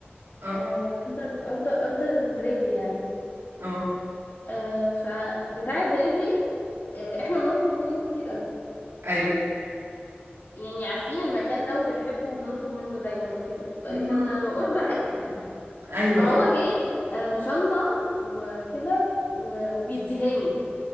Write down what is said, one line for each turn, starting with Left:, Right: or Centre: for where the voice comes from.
Right: اه
Left: آه، اوردر اوردر اوردر دليفري يعني
Right: اه
Left: آه، فبتاع الدليفري آه، احنا بنطلب منه كتير قوي
Right: ايوه
Left: يعني عارفين المكان ده وبنحبه وبنطلب منه دايما وكده آه،
Right: <laughs>
Left: كان اوردر اكل يعني
Right: ايوه
Left: فهو
Right: اه
Left: جايب آه، شنطة وكده و- وبيديهاني